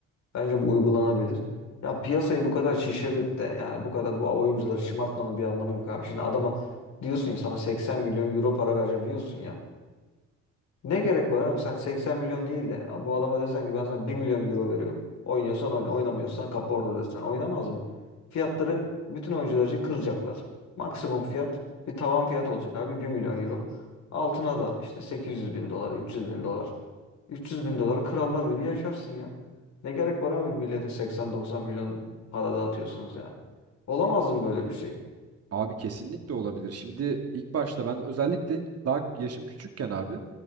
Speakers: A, on the left; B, on the right.
A: Bence bu uygulanabilir. Ya piyasayı bu kadar şişirip de yani bu kadar bu oyuncuları şımartmanın bir anlamı yok abi. Şimdi adama diyorsun ya sana 80 milyon euro para vereceğim diyorsun ya. Ne gerek var abi? Sen 80 milyon değil de a, bu adama desen ki ben sana bir milyon euro veriyorum. Oynuyorsan oyna, oynamıyorsan kapı orada desen. Oynamaz mı? Fiyatları bütün oyuncular için kıracaklar. Maksimum fiyat bir tavan fiyat olacak abi bir milyon euro. Altına da işte 800 bin dolar, 300 bin dolar. 300 bin dolara krallar gibi yaşarsın ya. Ne gerek var abi millete 80-90 milyon para dağıtıyorsunuz yani. Olamaz mı böyle bir şey?
B: Abi kesinlikle olabilir. Şimdi ilk başta ben özellikle daha yaşım küçükken abi